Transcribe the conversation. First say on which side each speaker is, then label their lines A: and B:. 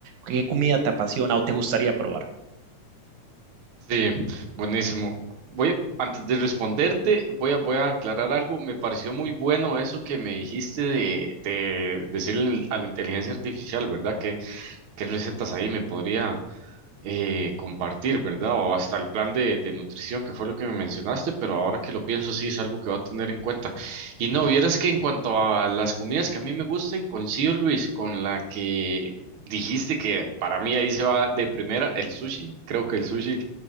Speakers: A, on the right; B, on the right.
A: ¿qué comida te apasiona o te gustaría probar?
B: Sí, buenísimo. Voy a- antes de responderte, voy a, voy a aclarar algo. Me pareció muy bueno eso que me dijiste de, de decirle a la inteligencia artificial, ¿verdad? ¿Qué, qué recetas ahí me podría eh, compartir, ¿verdad? O hasta el plan de, de nutrición, que fue lo que me mencionaste, pero ahora que lo pienso, sí es algo que va a tener en cuenta. Y no, vieras que en cuanto a las comidas que a mí me gusten, coincido, Luis, con la que dijiste que para mí ahí se va de primera el sushi. Creo que el sushi